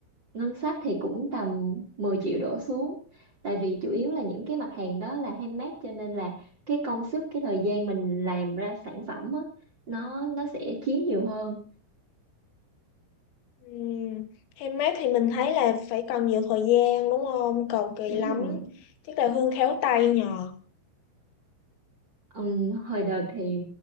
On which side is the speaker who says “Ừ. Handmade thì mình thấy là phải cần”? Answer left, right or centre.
Left